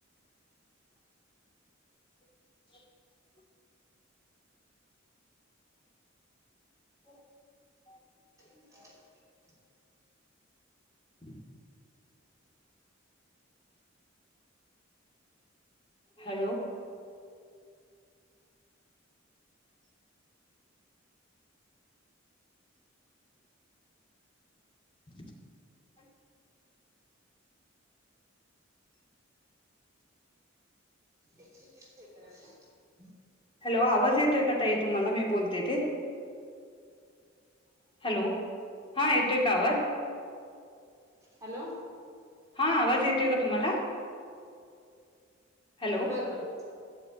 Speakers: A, on the left; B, on the right.
A: <inaudible> <unintelligible>
B: <inaudible>
A: <inaudible> हॅलो <unintelligible>
B: एकशे तीस पे करायला ला
A: हॅलो आवाज येत य तो का ताइ तुम्हाला मी बोलतेय ते हॅलो हा येतोय का आवाज?
B: हॅलो
A: हा आवाज येतोय का तुम्हाला? हॅलो
B: बर बर